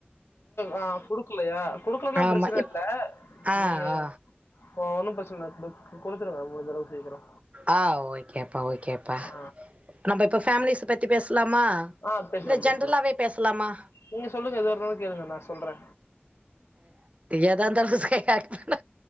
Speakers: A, on the left; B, on the right.
A: ஆ குடுக்கலையா குடுக்கலன்னா
B: ஆமா
A: பிரச்சன
B: இப்
A: இல்ல
B: ஆ
A: நீங்க
B: ஆ
A: ஒ ஒன்னும் பிரச்சன இல்ல குடு குடுத்துருங்க அவுங்களுக்கு முடுஞ்சளவு சீக்கரோ
B: ஆ ஓகேப்பா ஓகேப்பா
A: ஆ
B: நம்ம இப்ப பேமிலிஸ் பத்தி பேசலாமா
A: ஆ பேசலாம்
B: இல்ல ஜென்ரலாவே
A: பேசலாம்
B: பேசலாமா
A: நீங்க சொல்லுங்க எதுவா இருந்தாளு கேளுங்க நா சொல்றே
B: எதா இருந்தாலு தா தச ஆ பண்ண